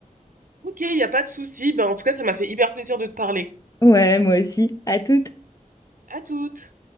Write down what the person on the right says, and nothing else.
Ok, il n'y a pas de souci. Ben, en tout cas, ça m'a fait hyper plaisir de te parler.
À toutes!